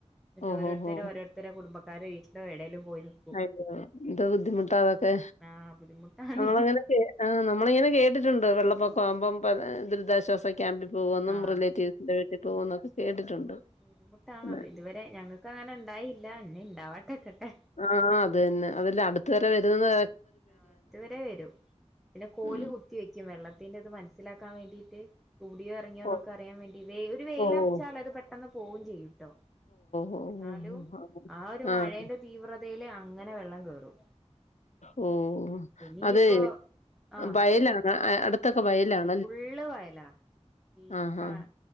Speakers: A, in the centre; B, on the left.
A: മറ്റേ
B: ഓഹ്
A: ഓരോരുത്തര്
B: ഓഹ് ഓഹ്
A: ഓരോരുത്തരുടെ കുടുംബക്കാർ വീട്ടിലോ എവിടേലും പോയി നിക്കു
B: അയ്യോ എന്താ ബുദ്ധിമുട്ട അതൊക്കെ
A: ആ ബുദ്ധിമുട്ടാണ്
B: നമ്മൾങ്ങനെയൊക്കെ ആഹ് നമ്മളിങ്ങനെ കേിട്ടുണ്ട് വെള്ളപ്പൊക്ക ആവുമ്പം ദുരിതാശ്വാസ ക്യാമ്പിൽ പോകുമെന്നും
A: ആ
B: റിലേറ്റീവ്സിന്റെ വീട്ടിൽ പോകുന്നൊക്കെ കേട്ടിട്ടുണ്ട്.
A: ബുദ്ധിമുട്ടാണത്
B: പിന്നെ
A: ഇതുവരെ ഞങ്ങൾക്ക് അങ്ങനെ ഉണ്ടായില്ല എന്നന്നെ ഉണ്ടാവാട്ടെക്കട്ടെ
B: ആഹ് അത് തന്നെ അതല്ല അടുത്ത വരെ വരുമെന്ന്
A: അടുത്ത് വരെ വരൂ പിന്നെ കോല്
B: ഉം
A: കുത്തി വെക്കും വെള്ളത്തിന്റെ അത് മനസ്സിലാക്കാൻ വേണ്ടീട്ട് കൂടിയോ ഇറങ്ങിയോന്നൊക്കെ
B: ഓഹ്
A: അറിയാൻ വേണ്ടി ഒരു വെയിലറച്ചാൽ
B: ഓഹ്
A: അത് പെട്ടെന്ന് പോകും ചെയ്യൂട്ടോ
B: ഓഹ് ഓഹ്
A: എന്നാലും
B: ഓഹ് ഓഹ്
A: ആ ഒരു
B: ആഹ്
A: മഴന്റെ തീവ്രതയില് അങ്ങനെ വെള്ളം കേറും.
B: ഓ
A: പിന്നെ ഇനിയിപ്പോ
B: അതെ
A: ആഹ്
B: വയലാണ് അടുത്തൊക്കെ വയലാണ്
A: ഫുള്ള് വയലാ ഈ
B: ആഹ്
A: സ
B: ആഹ്